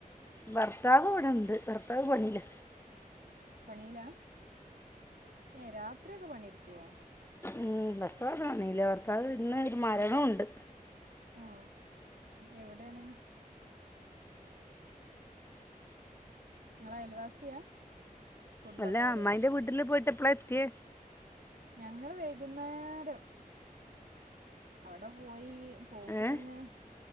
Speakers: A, on the left (about 15°); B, on the right (about 75°).
A: ഭർത്താവ് ഇവിടെണ്ട് ഭർത്താവ് പണില്ല
B: പണീല ഏ രാ ത്രിയൊക്കെ പണിയെടുക്കുവോ
A: ഉം <unintelligible> ഇന്ന് ഒരു മരണമുണ്ട്
B: ആ എവിടെയാണ് നിങ്ങളെ അയൽവാസിയാ കുടുംബക്കാരോ
A: അല്ല അമ്മായിന്റെ വീട്ടില് പോയിട്ട് എപ്പളാ എത്തിയേ
B: ഞങ്ങള് വൈകുന്നേരം അവിടെ പോയി പോകുമ്പോ
A: ഏ
B: തന്നെ